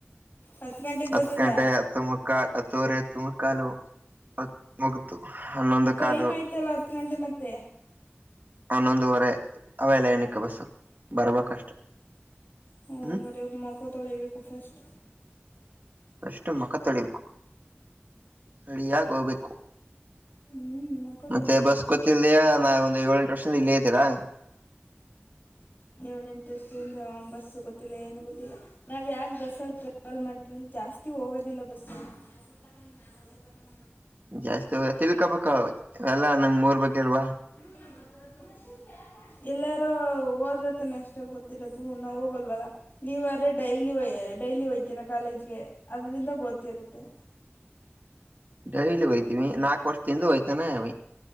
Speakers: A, on the left (about 45°); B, on the right (about 45°).
A: ಹತ್ತು ಗಂಟೆಗೆ
B: ಹತ್
A: ಬರ್ತದ
B: ಗಂಟೆ ಹತ್ತು ಮುಕ್ಕಾ ಹತ್ತುವರೆ ತುಮಕ್ಕಾಲು ಹ ಮುಗತು ಹನ್ನೊಂದು
A: ಟೈಮ್
B: ಕಲು
A: ಆಯ್ತಲ್ಲ ಹತ್ತು ಗಂಟೆ ಮತ್ತೆ
B: ಆನ್ನೊಂದುವರೆ ಅವೆ ಲೈನಿಕ ಬಸ್ಸು ಬರ್ಬೇಕಷ್ಟೆ
A: ಹ ಹಂಗ್ರ
B: ಹ್ಮ್
A: ಒ ಮಕ ತೊಳಿಬೇಕು ಫಸ್ಟ್
B: ಷ್ಟು ಮಖ ತೊಳಿಬೇಕು ರೆಡಿಯಾಗಿ ಹೋಗ್ಬೇಕು
A: ಹ್ಞೂ ಮುಖ
B: ಮತ್ತೆ
A: ತೊಳಿಬೇಕು
B: ಬಸ್ ಗೊತ್ತರ್ದಯ ನಾವ ಒಂದು ಏಳೆಂಟು ವರ್ಷಿಂದ ಇಲ್ಲಿೇ ಹೇತೀರಾ
A: ಇ ಇಂಟ್ರೆಸ್ಟ್ಿಂದ ಬಸ್ ಗೊತ್ತಿಲ್ಲ ಏನು ಗೊತ್ತಿಲ್ಲ ನಾವ್ ಯಾಕೆ ಬಸ್ಸಲ್ಲಿ ಟ್ರಾವೆಲ್ ಮಾಡ್ತವಿ ಜಾಸ್ತಿ ಹೋಗೋದಿಲ್ಲ ಬಸ್ <unintelligible>
B: ಜಾಸ್ತಿ ಹ ತಿಳ್ಕೊಬೇಕ ಎಲ್ಲಾ ನಮ್ ಊರ್ ಬಗ್ಗೆಲ್ವಾ
A: ಶ <unintelligible> ಎಲ್ಲಾರೂ ಹೋದ್ರ ತಾನ ಎಷ್ಟ ಗೊತ್ತಿರೋದು ನಾವು ಹೋಗಲ್ವಲ್ಲ ನೀವ ಯಾರ ಡೈಲಿ ಡೈಲಿ ಹೋಗಯ್ತೀರ ಕಾಲೇಜ್ಗೆ ಅದರಿಂದ ಗೊತ್ತಿರುತ್ತೆ
B: ಡೈಲಿ ಹಯ್ತೀವಿ ನಾಕಕ್ ವರ್ಷ ಇಂದ ಹೋಯ್ತಾನೆ ಅವ